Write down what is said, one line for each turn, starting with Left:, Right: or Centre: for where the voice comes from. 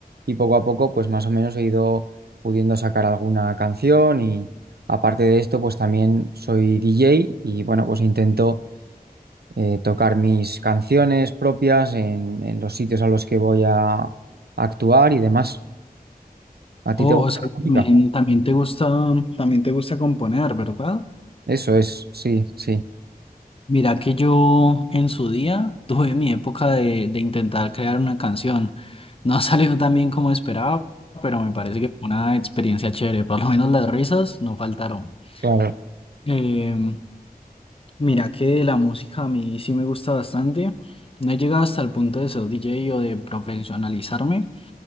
Right: y poco a poco, pues más o menos he ido pudiendo sacar alguna canción y aparte de esto, pues también soy DJ y bueno, pues intento eh, tocar mis canciones propias en, en los sitios a los que voy a, a actuar y demás. ¿A
Left: O,
Right: ti te gusta
Left: o sea,
Right: la música?
Left: también, también te gusta, también te gusta componer, ¿verdad?
Right: Eso es, sí, sí.
Left: Mira que yo en su día tuve mi época de, de intentar crear una canción. No <laughs> ha salido tan bien como esperaba, pero me parece que fue una experiencia chévere. Por lo menos las risas no faltaron.
Right: <laughs> Claro.
Left: Em, mira que de la música a mí sí me gusta bastante. No he llegado hasta el punto de ser DJ o de profesionalizarme,